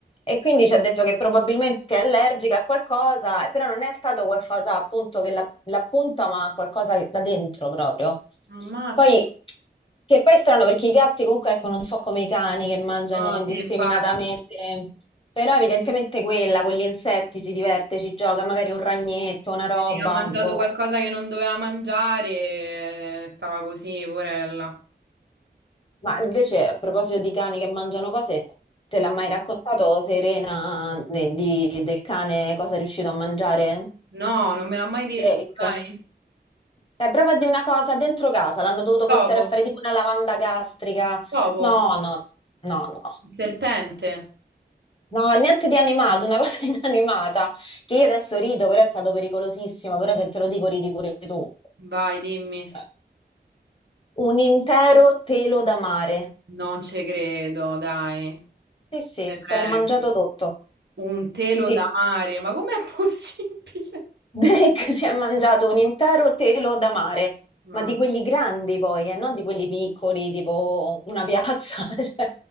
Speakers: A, on the left; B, on the right.
A: e quindi ci ha detto che probabilmente è allergica a qualcosa, però non è stato qualcosa appunto che la- l'appunta, ma qualcosa che- da dentro proprio.
B: Ammazza.
A: Poi, che poi è strano perché i gatti comunque, ecco, non so come i cani che mangiano
B: No,
A: indiscriminatamente,
B: sì, infatti.
A: però evidentemente quella con gli insetti si diverte, ci gioca, magari un ragnetto, una roba,
B: Vedi che Ha mangiato
A: boh.
B: qualcosa che non doveva mangiare e stava così, poverella.
A: Ma invece a proposito di cani che mangiano cose, te l'ha mai raccontato Serena de- di- del cane cosa è riuscito a mangiare?
B: No, non me l'ha mai detto,
A: Drake.
B: sai?
A: Dai, prova a dire una cosa, dentro casa l'hanno dovuto
B: Dopo,
A: portare a fare tipo una lavanda gastrica.
B: dopo.
A: No, no, no, no.
B: Il serpente?
A: No, niente di animato, una cosa <laughs> inanimata. Che io adesso rido, però è stato pericolosissimo, però se te lo dico ridi pure tu.
B: Vai, dimmi.
A: Cioè, un intero telo da mare.
B: Non ci credo, dai.
A: Sì, sì,
B: Te
A: se
B: prego.
A: l'è mangiato tutto.
B: Un telo
A: Sì, sì.
B: da mare, ma com'è <laughs> possibile?
A: Drake <laughs> si è mangiato un intero telo da mare,
B: Ma,
A: ma di quelli grandi poi, eh, non di quelli piccoli, tipo una piazza, <laughs> cioè,